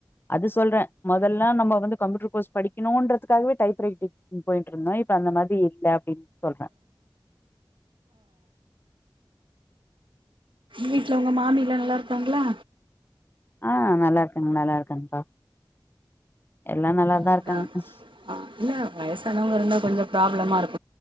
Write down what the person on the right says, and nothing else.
வீட்ல உங்க மாமிலா நல்லா இருக்காங்களா
இருக்கா?
ஆ, இல்ல வயசானவங்க இருந்தா கொஞ்சொ ப்ராப்ளமா இருக்